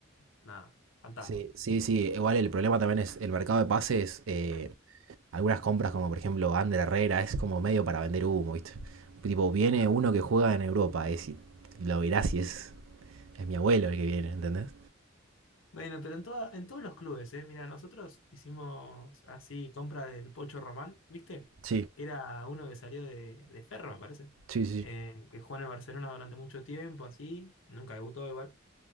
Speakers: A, on the left; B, on the right.
A: nada, fantasma.
B: sí, sí, sí, igual el problema también es el mercado de pases. eh, algunas compras como por ejemplo Ander Herrera es como medio para vender humo, ¿viste? Tipo, viene
A: claro.
B: uno que juega en Europa, es, y lo verás y es, es mi abuelo el que viene, ¿entendés?
A: Bueno, pero en, toda- en todos los clubes, ¿eh? Mira, nosotros hicimos así compra del Pocho Román, ¿viste?
B: Sí,
A: Que era uno que salió de, de Ferro, me parece.
B: sí, sí.
A: Eh, que jugó en el Barcelona durante mucho tiempo, así. Nunca debutó igual.